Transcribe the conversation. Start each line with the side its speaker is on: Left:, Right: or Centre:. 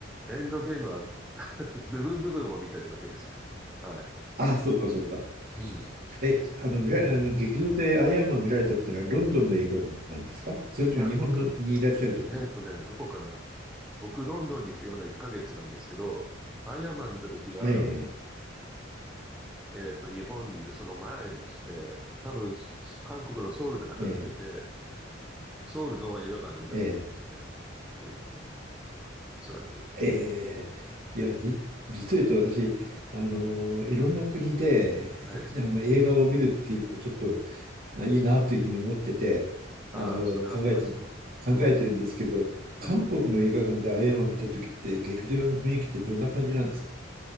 Centre: エンドゲームは <laughs> 部分部分を見てるだけですね。はい。
Right: あ、そうかそうか。
Centre: うん。い
Right: え、あの、見ら、あの劇場でアイアンマン見られたっていうのはロンドンの映画なんですかそれとも日本のにいらっしゃるとき
Centre: や、僕、えっとね、どこかな。僕、ロンドンに来てまだ1ヶ月なんですけど、アイアンマン見たときは、
Right: え
Centre: えっと、日本にいるその前でして、多分、す韓国のソウルで働いてて、
Right: え、ええ、
Centre: ソウルの映画館で見たと思いますね。
Right: え
Centre: うん。おそらく。
Right: え、ええいや、じ、実を言うと私、あの、いろんな国で、
Centre: はい。
Right: あの、映画を見るっていうのをちょっとあいいなというふうに思ってて、
Centre: ああ、
Right: あの、
Centre: それはありますよ。
Right: 考えて、考えてるんですけれど、
Centre: うん。うん。
Right: 韓国の映画館でアイアンマン見た時って劇場の雰囲気ってどんな感じなんですか